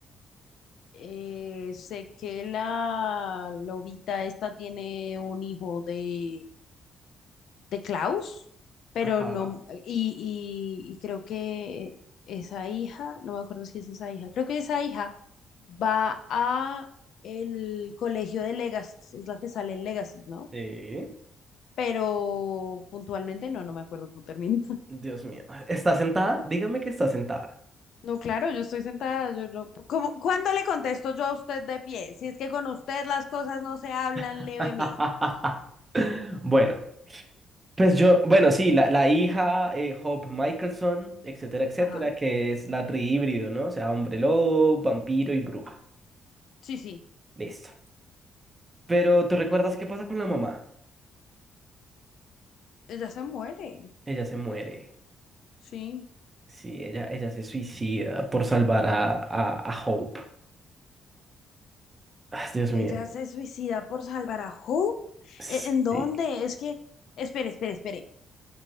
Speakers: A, on the left; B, on the right.
A: Eh, sé que la lobita esta tiene un hijo de, de Klaus, pero
B: Ajá.
A: no, y, y, y creo que esa hija, no me acuerdo si es esa hija, creo que esa hija va a el colegio de Legacy, es la que sale en Legacy, ¿no?
B: Sí.
A: Pero puntualmente no, no me acuerdo cómo termina.
B: Dios mío. ¿Está sentada? Dígame que está sentada.
A: No, claro, yo estoy sentada, yo no. ¿Cómo- ¿Cuándo le contesto yo a usted de pie? Si es que con usted las cosas no se hablan
B: <laughs>
A: levemente.
B: Bueno. Pues yo, bueno, sí, la, la hija, eh, Hope Michelson, etcétera, etcétera,
A: Ajá.
B: que es la trihíbrido, ¿no? O sea, hombre lobo, vampiro y bruja.
A: Sí, sí.
B: Listo. Pero ¿tú recuerdas qué pasa con la mamá?
A: Ella se muere.
B: Ella se muere.
A: Sí.
B: Sí, ella, ella se suicida por salvar a, a, a Hope. Ah, Dios mío.
A: Ella se suicida por salvar a Hope.
B: Sí.
A: ¿E- ¿En dónde? Es que, espere, espere, espere.